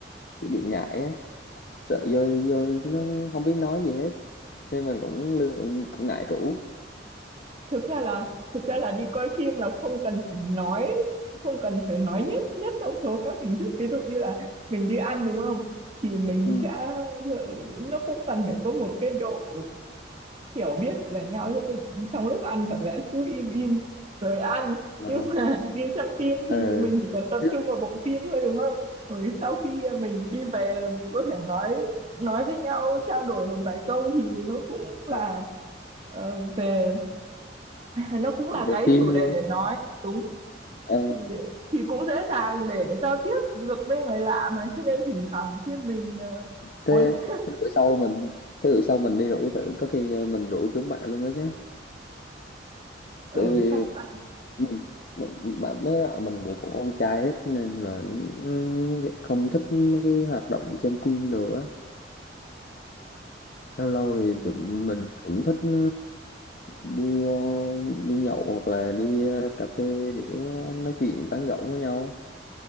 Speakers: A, on the left (about 50°); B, on the right (about 35°).
A: chỉ bị ngại á sợ vô vô nó không biết nói gì hết nên mình cũng lười cũng ngại rủ
B: thực ra là thực ra là đi coi phim là không cần phải nói không cần phải nói nhất nhất trong số các hình thức ví dụ như là mình đi ăn đúng không thì mình
A: ừ.
B: sẽ ừ, nó cũng cần phải có một cái độ hiểu biết về nhau nhất định trong lúc ăn chẳng lẽ cứ im im rồi ăn
A: ờ
B: nhưng mà <laughs> đi xem phim
A: ờ
B: thì mình chỉ cần tập
A: Chứ,
B: trung vào bộ phim thôi đúng không rồi sau khi mình đi về là mình có thể nói nói với nhau trao đổi một vài câu thì nó cũng là
A: ờ,
B: ờ, về <laughs> nó cũng là
A: về
B: cái
A: phim
B: chủ đề
A: luôn
B: để nói đúng
A: ờ
B: thì thì cũng dễ dàng để giao tiếp được với người lạ mà cho nên thỉnh thoảng khi mình ờ,
A: thế
B: muốn
A: thế bữa sau mình thế bữa sau mình đi rủ thử có khi mình rủ chúng bạn luôn đó chứ
B: <laughs> ừ
A: tại vì
B: chắc vậy
A: mình, mình bạn mấy bạn mình thì cũng con trai hết nên là ừ, không thích mấy cái hoạt động xem phim nữa lâu lâu thì
B: Ừ.
A: tụi mình cũng thích ừ, đi ờ, đi nhậu hoặc là đi ờ, cà phê để nói chuyện tán gẫu với nhau